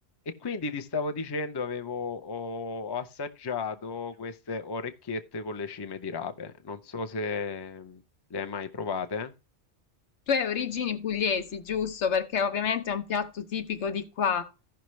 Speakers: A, on the left; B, on the left.
A: E quindi ti stavo dicendo, avevo, ho, ho assaggiato queste orecchiette con le cime di rape. Non so se mm, le hai mai provate.
B: Tu hai origini pugliesi, giusto? Perché ovviamente è un piatto tipico di qua.